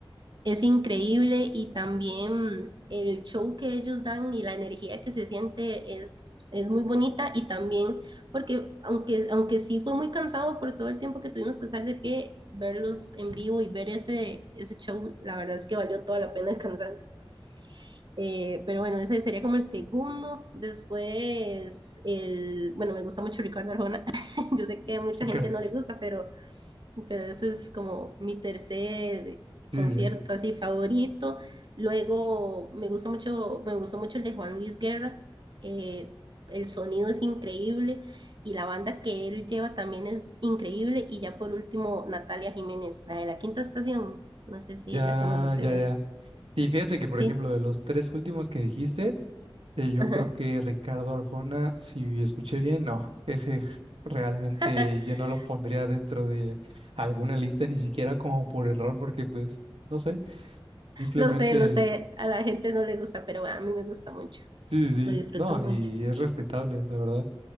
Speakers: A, on the right (about 55°); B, on the right (about 80°).
A: Es increíble y también el show que ellos dan y la energía que se siente es, es muy bonita y también porque aunque, aunque sí fue muy cansado por todo el tiempo que tuvimos que estar de pie, verlos en vivo y ver ese, ese show, la verdad es que valió toda la pena el cansancio. Eh, pero bueno, ese sería como el segundo. Después, el, bueno, me gusta mucho Ricardo Arjona. <laughs> Yo sé que a mucha
B: Ricardo.
A: gente no le gusta, pero pero ese es como mi tercer
B: Sí,
A: concierto
B: sí. sí.
A: así favorito. Luego me gusta mucho, me gustó mucho el de Juan Luis Guerra. eh, el sonido es increíble y la banda que él lleva también es increíble. Y ya por último, Natalia Jiménez, la de la Quinta Estación. No sé si
B: Ya,
A: la conoces, esa
B: ya, ya.
A: es.
B: Y fíjate que, por
A: Sí.
B: ejemplo, de los tres últimos que dijiste, eh, yo
A: Ajá.
B: creo que Ricardo Arjona, si escuché bien, no, ese j- realmente
A: <laughs>
B: yo no lo pondría dentro de alguna lista, ni siquiera como por error, porque pues, no sé, simplemente,
A: Lo sé, lo sé. A la gente no le gusta, pero a mí me gusta mucho.
B: sí, sí,
A: Lo disfruto
B: sí. No,
A: mucho.
B: y es respetable, la verdad.